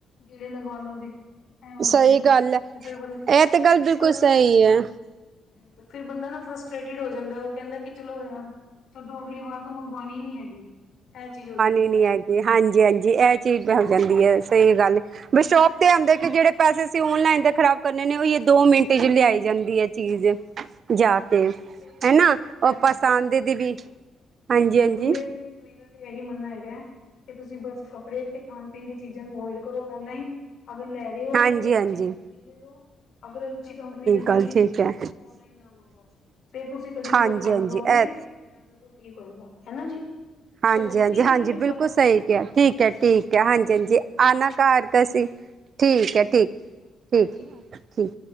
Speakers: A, on the left (about 65°); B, on the right (about 55°).
A: ਗੇੜੇ ਲਗਵਾ ਲੋਗੇ। ਐ ਹੋ ਜਾਂਦਾ
B: ਸਹੀ
A: ਤੇ
B: ਗੱਲ ਹੈ
A: ਫੇਰ ਬੰਦਾ ਨਾ
B: ਇਹ ਤੇ ਗੱਲ ਬਿਲਕੁਲ
A: ਫਰਸਟਰੇਟ
B: ਸਹੀ ਹੈ
A: ਫਿਰ ਬੰਦਾ ਨਾ ਫਰਸਟ੍ਰਟਿਡ ਹੋ ਜਾਂਦਾ ਉਹ ਕਹਿੰਦਾ ਕਿ ਚਲੋ ਹੋਰ ਛਡੋਂ ਅਗਲੀ ਵਾਰ ਤੋਂ ਮੰਗਵਾਣੀ ਨੀ ਹੈਗੀ ਇਹ ਚੀਜ਼ ਹੋ ਜਾ
B: ਨਹੀਂ ਹੈਗੀ ਹਾਂਜੀ-ਹਾਂਜੀ ਇਹ ਚੀਜ਼ ਹੋ ਜਾਂਦੀ ਹੈ ਸਹੀ ਗੱਲ ਬਸ ਸ਼ੋਪ ਤੇ ਇਹ ਹੁੰਦਾ ਕਿ ਜਿਹੜੇ ਪੈਸੇ ਅਸੀ ਔਨਲਾਈਨ ਦੇ ਖ਼ਰਾਬ ਕਰਨੇ ਉਹੀਓ ਦੋ ਮਿੰਟ ਚ ਲਿਆਈ ਜਾਂਦੀ ਹੈ। ਚੀਜ਼
A: ਹਾਂਜੀ ਦੋ
B: ਜਾ
A: ਮਿੰਟ
B: ਕੇ
A: ਬਸ ਮੈਂ ਤੇ ਇਹੀ ਕਹਾਂਗੀ
B: ਹਨਾ
A: ਦੇਖੋ ਮੈਂ
B: ਉਹ
A: ਤੇ
B: ਪਸੰਦ ਦੀ ਵੀ
A: ਹਾਂਜੀ
B: ਹਾਂਜੀ
A: ਬਿਲਕੁਲ
B: ਹਾਂਜੀ
A: ਮੇਰੇ ਤੇ ਮੇਰਾ ਇਹੀ ਮੰਨਣਾ ਹੈਗਾ ਹੈ ਕਿ ਤੁਸੀਂ ਬਸ ਕੱਪੜੇ ਤੇ ਖਾਣ ਪੀਣ ਦੀ ਚੀਜ਼ਾਂ ਨੂੰ ਅਵੋਏਡ ਕਰੋ ਆਨਲਾਈਨ। ਅਗਰ ਲੈ ਰਹੇ ਹੋ
B: ਹਾਂਜੀ
A: ਤੇ
B: ਹਾਂਜੀ
A: ਅੱਛੀ ਕੰਪਨੀ ਦੇ ਲੋ, ਅਗਰ ਅੱਛੀ ਕੰਪਨੀ ਦੇ ਨਹੀਂ
B: ਗੱਲ
A: ਹੈਗੇ
B: ਠੀਕ
A: ਤਾਂ
B: ਹੈ
A: ਤੁਸੀਂ ਓਨਲਾਈਨ ਨਾ ਮੰਗਵਾਓ ਫ ਤੁਸੀਂ ਕਦੇ ਵੀ
B: ਹਾਂਜੀ
A: ਧੋਖਾ ਨੀ
B: ਹਾਂਜੀ
A: ਖਾਓਗੇ
B: ਇਹ
A: ਤੁਹਾਡੇ ਨਾਲ ਬਿਲਕੁਲ ਠੀਕ ਹੋਏਗਾ। ਹੈਨਾ ਜੀ।
B: ਹਾਂਜੀ-ਹਾਂਜੀ,
A: ਚਲੋ ਠੀਕ
B: ਹਾਂਜੀ
A: ਹੈ ਜੀ ਚੰਗਾ
B: ਬਿਲਕੁਲ
A: ਭੈਣ
B: ਸਹੀ
A: ਜੀ ਬਹੁਤ
B: ਕਿਹਾ ਠੀਕ ਹੈ, ਠੀਕ
A: ਹਾਂਜੀ
B: ਹੈ
A: ਫੇਰ
B: ਹਾਂਜੀ-ਹਾਂਜੀ
A: ਕਰਾਂਗੇ ਤੁਹਾਡੇ
B: ਆਨਾ
A: ਨਾਲ ਗੱਲ
B: ਘਰ
A: ਨਾ ਫੇਰ
B: ਤੁਸੀ।
A: ਕਰਾਂਗੇ
B: ਠੀਕ
A: ਹਾਂਜੀ
B: ਹੈ
A: ਹਾਂਜੀ
B: ਠੀਕ,
A: ਜ਼ਰੂਰ ਜ਼ਰੂਰ
B: ਠੀਕ-ਠੀਕ।
A: ਠੀਕ ਹੈ